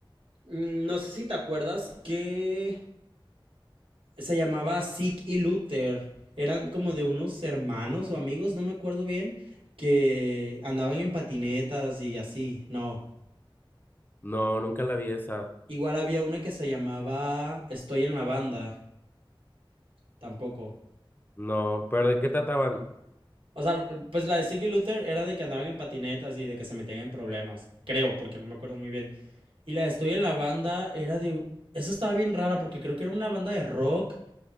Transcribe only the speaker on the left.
No, nunca la vi esa.
No, pero ¿de qué trataban?